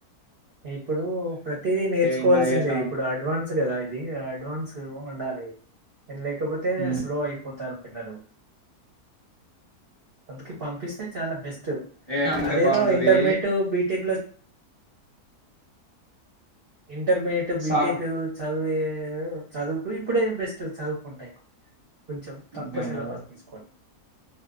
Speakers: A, on the right; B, on the left.
A: ఇప్పుడు ప్రతిదీ నేర్చుకోవాల్సిందే
B: ఇంకా ఎట్లా
A: ఇప్పుడు
B: ఉంటది
A: అడ్వాన్స్ కదా ఇది అడ్వాన్స్ ఉండాలి లేకపోతే
B: హ్మ్.
A: స్లో అయిపోతారు పిల్లలు అందుకే పంపిస్తే చాలా బెస్ట్
B: ఏ అడిగితే
A: అదేదో
B: బాగుంటది
A: ఇంటర్మీడియట్ బీటెక్ లో ఇంటర్మీడియేట్ బిటెక్కూ
B: సా
A: చదివి చదువుకు ఇప్పుడే బెస్ట్ చదువుకుంటాయ్ కొంచెం తక్కువ
B: అంతే అంటారా
A: సిలబస్ తీసుకొని